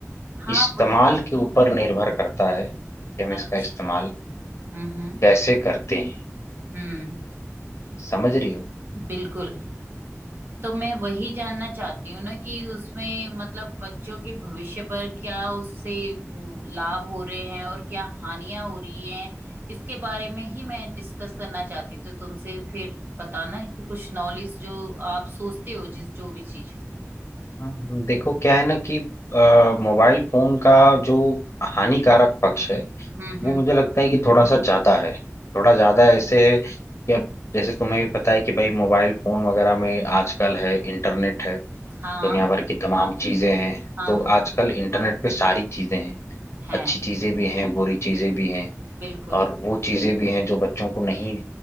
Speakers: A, on the right; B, on the left.
A: हाँ
B: इस्तेमाल
A: वही
B: के ऊपर निर्भर करता है कि हम इसका
A: अच्छा
B: इस्तेमाल
A: हम्म हम्म
B: कैसे करते हैं
A: हम्म
B: समझ रही हो
A: बिल्कुल तो मैं वही जानना चाहती हूँ ना कि उसमें मतलब बच्चों के भविष्य पर क्या उससे म, लाभ हो रहे हैं और क्या हानियां हो रही हैं इसके बारे में ही मैं डिस्कस करना चाहती थी तुमसे फिर बताना कि कुछ नॉलेज जो आप सोचते हो जिस जो भी चीज
B: हाँ, देखो क्या है ना कि अ, मोबाइल फोन का जो हानिकारक पक्ष है
A: हम्म
B: वो
A: हम्म
B: मुझे लगता है कि थोड़ा सा ज्यादा है थोड़ा ज्यादा ऐसे है कि अब जैसे तुम्हें भी पता है कि भाई मोबाइल फोन वगैरह में आजकल है इंटरनेट है
A: हाँ
B: दुनिया भर की तमाम चीजें हैं
A: हाँ
B: तो
A: हाँ
B: आजकल इंटरनेट पे सारी चीजें हैं
A: है
B: अच्छी चीजें
A: बिल्कुल
B: भी हैं बुरी चीजें भी हैं
A: बिल्कुल
B: और वो चीजें भी हैं जो बच्चों को नहीं